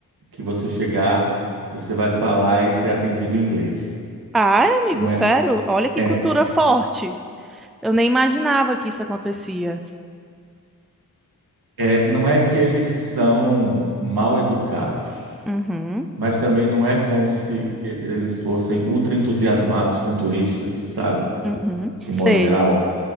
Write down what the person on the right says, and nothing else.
que você chegar, você vai falar e ser atendido em inglês.
Não
é,
é,
É, não é que eles são mal educados,
mas também não é como se que eles fossem ultra entusiasmados com turistas, sabe?
De modo
geral.